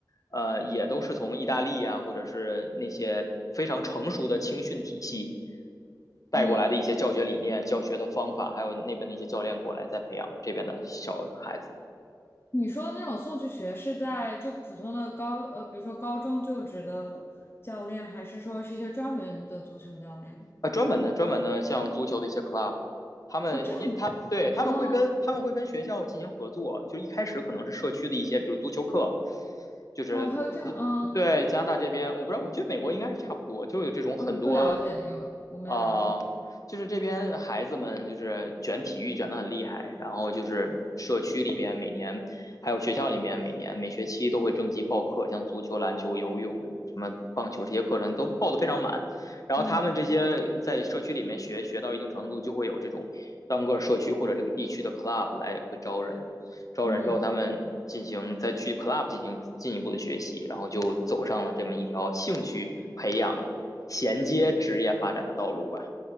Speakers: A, on the left (about 50°); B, on the left (about 30°).
A: 呃，也都是从意大利啊，或者是那些非常成熟的青训体系带过来的一些教学理念、
B: 嗯，
A: 教学的方法，还有那边的一些教练过来再培养这边的小孩子。
B: 你说的那种送去学是在就普通的高呃，比如说高中就职的教练，还是说是一些专门的足球教练？
A: 呃，专门的专门的像足球的一些 club，他们一他对他们会跟他们会跟学校进行合作，
B: 哦，这样，哦
A: 就一开始可能是社区的一些，比如足球课，就是呃就对加拿大这边，
B: 哦，还有这样，嗯，
A: 我不知道，我觉得美国应该是差不多，就有这种很多
B: 呃，不了解，因为我没了解过。
A: 啊、就是这边孩子们就是卷体育卷的很厉害，然后就是社区里边每年，还有学校里面每年每学期都会征集报课，像足球、篮球、游泳、什么棒球这些课程都报的非常满。然后他们这些在社区里面学学到一定程度，
B: 嗯
A: 就会有这种单个社区或者这个地区的 club 来会招人，招人之后他们进行再去
B: 嗯，
A: club 进行进一步的学习，然后就走上了这么一条兴趣培养。衔接职业发展的道路吧。